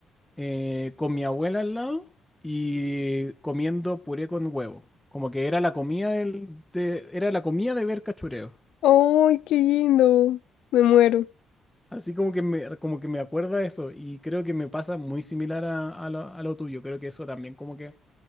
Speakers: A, in the centre; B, on the left.
A: eh, con mi abuela al lado y comiendo puré con huevo. Como que era la comida del, de, era la comida de ver cachureo.
B: ¡Ay, qué lindo! Me muero.
A: Así como que me, como que me acuerda eso y creo que me pasa muy similar a, a lo, a lo tuyo. Creo que eso también como que